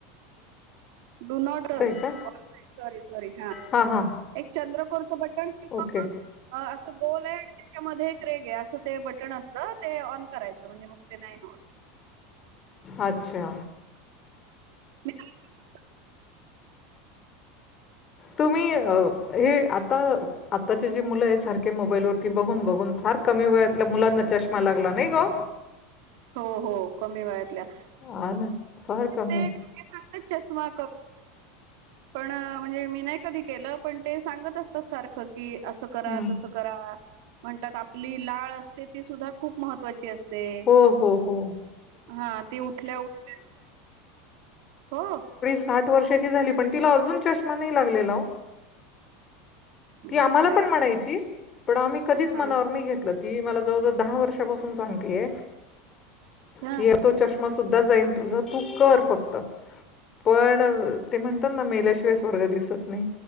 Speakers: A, on the right; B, on the left.
A: डू नॉट
B: असं
A: सॉरी
B: आहे का
A: सॉरी हा
B: हां हां
A: एक चंद्रकोरचं बटन किंवा
B: ओके
A: मग असं गोल आहे आणि त्याच्यामध्ये एक रेग आहे असं ते बटन असतं ते ऑन करायचं म्हणजे मुक्ते नाहीय
B: अच्छा
A: <unintelligible>
B: तुम्ही हे आता आत्ताचे जी मुलं आहे सारखे मोबाईल वरती बघून बघून फार कमी वयातल्या मुलांना चष्मा लागला नाही ग
A: हो हो कमी वयातल्या
B: हा ना फार कमी
A: सांतात
B: आहे.
A: चष्मा पण म्हणजे मी नाही कधी केलं पण ते सांगत असतात सारखं की असं करा
B: हं.
A: तस करा म्हणतात आपली लाळ असते ती सुद्धा खूप महत्त्वाची असते
B: हो हो हो.
A: हा ती उठल्या उठल्या हो
B: साठ वर्षाची झाली पण तिला अजून चष्मा नाही लागलेला ती आम्हाला
A: बापरे
B: पण म्हणायची पण आम्ही कधीच
A: हा
B: मनावर नाही घेतलं, ती मला जवळजवळ दहा वर्षापासून सांगतेय,
A: हा
B: कि तो चष्मा सुद्धा जाईल तुझ तू कर फक्त, पण ते म्हणतात ना मेल्याशिवाय स्वर्ग दिसत नाही,